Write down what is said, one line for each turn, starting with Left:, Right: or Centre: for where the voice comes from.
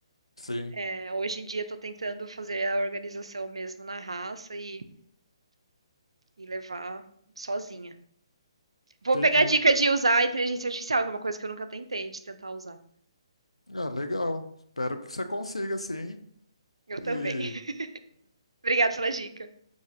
Left: Sim,
Right: É, hoje em dia estou tentando fazer a organização mesmo na raça e, e levar sozinha. Vou
Left: entendi.
Right: pegar a dica de usar a inteligência artificial, que é uma coisa que eu nunca tentei de tentar usar.
Left: Ah, legal. Espero que você consiga, sim.
Right: Eu também.
Left: E
Right: <laughs> Obrigada pela dica.